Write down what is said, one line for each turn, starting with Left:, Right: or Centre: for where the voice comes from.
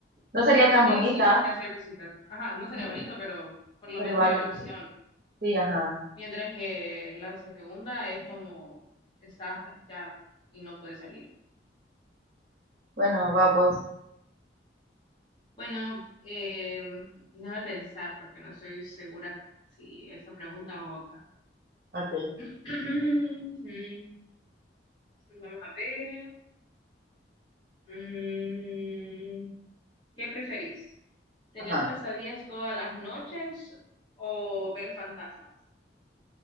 Right: No sería tan
Left: Sí,
Right: bonita,
Left: sí, porque hacer visitas. Ajá, no sería
Right: mm,
Left: bonito, pero por lo
Right: pero
Left: menos
Right: igual,
Left: hay una opción.
Right: sí, ajá.
Left: Mientras que la segunda es como estás ya y no puedes salir.
Right: Bueno, vamos,
Left: Bueno, eh, déjame pensar porque no estoy segura si esa pregunta u otra.
Right: ok,
Left: <clears throat> Mm, Vamos a ver. Mm, ¿Qué preferís? ¿Tener
Right: ajá.
Left: pesadillas todas las noches o ver fantasmas?